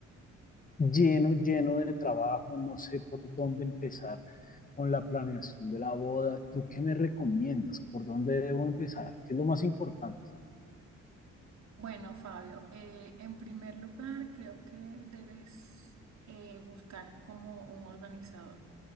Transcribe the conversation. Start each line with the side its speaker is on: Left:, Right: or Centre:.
Left: lleno, lleno de trabajo, no sé por dónde empezar con la planeación de la boda. ¿Tú qué me recomiendas? ¿Por dónde debo empezar? ¿Qué es lo más importante?
Right: Bueno, Fabio, eh, en primer lugar, creo que debes eh, buscar como un organizador,